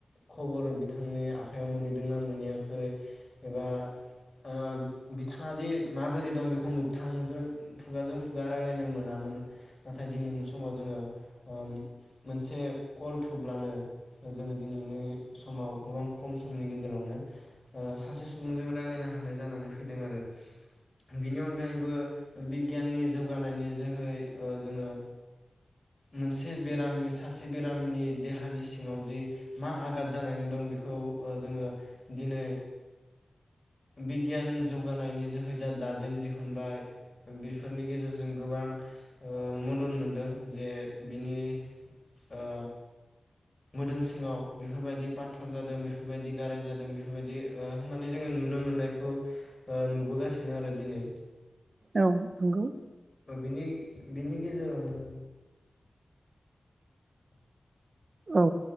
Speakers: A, on the left (about 30°); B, on the right (about 60°).
A: खबर बिथांनि आखाइयाव मोनहैदोंना मोनहैयाखै एबा ओ बिथाङादि माबोरै दं बेखौ मोबथांजों फुगाजों फुगा रायलायनो मोनामोन नाथाय दिनैनि समाव जोङो ओ मोनसे कल थुब्लानो ओ जोङो दिनैनि समाव गोबां खम समनि गेजेरावनो ओ सासे सुबुंजों रायलायनो हानाय जानानै फैदों आरो। बिनि अनगायैबो ओ बिगियाननि जौगानायनि जोहै ओ जोङो मोनसे बेरामि सासे बेरामिनि देहानि सिङाव जि मा आगाद जानानै दं बेखौ ओ जोङो दिनै बिगियान जौगानायनि जोह है जा दाजेम दिहुनबाय बेफोरनि गेजेरजों गोबां ओ मदद मोनदों जे बिनि ओ मोदोम सिङाव बेफोरबायदि पाथर जादों बेफोरबायदि गाराय जादों बेफोरबायदि ओ होननानै जोङो नुनो मोननायखौ ओ नुबोगासि नो आरो दिनै।
B: औ नंगौ।
A: बिनि बिनि गेजेरावनो
B: औ।